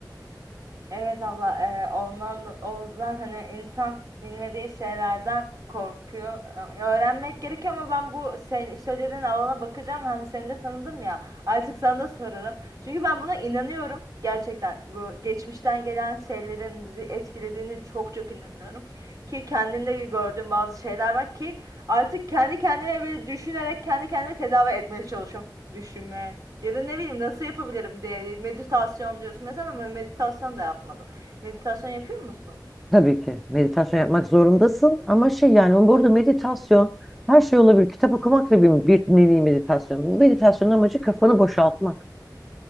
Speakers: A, on the right; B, in the centre.
A: Evet abla e, ondan Oğuz'dan hani insan bilmediği şeylerden korkuyor. E, Öğrenmek gerekiyor ama ben bu se- söylediğin alana bakacağım. Hem seni de tanıdım ya artık sana da sorarım. Çünkü ben buna inanıyorum gerçekten. Bu geçmişten gelen şeylerin bizi etkilediğini çok çok inanıyorum. Ki kendimde gördüğüm bazı şeyler var ki artık kendi kendime bile düşünerek kendi kendimi tedavi etmeye çalışıyorum. Düşünme, ya da ne bileyim nasıl yapabilirim diye meditasyon diyorsun. Mesela ama ben meditasyon da yapmadım. Meditasyon yapıyor musun?
B: Tabii ki meditasyon yapmak zorundasın ama şey yani burada meditasyon her şey olabilir. Kitap okumak da bir, bir nevi meditasyon. Meditasyonun amacı kafanı boşaltmak.